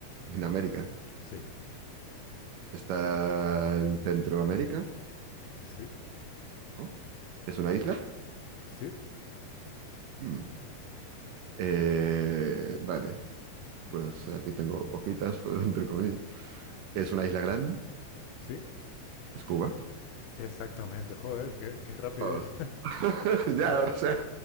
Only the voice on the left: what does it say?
Sí,
sí,
sí,
sí.
Exactamente. Joder, qué, qué rapidez.
<laughs>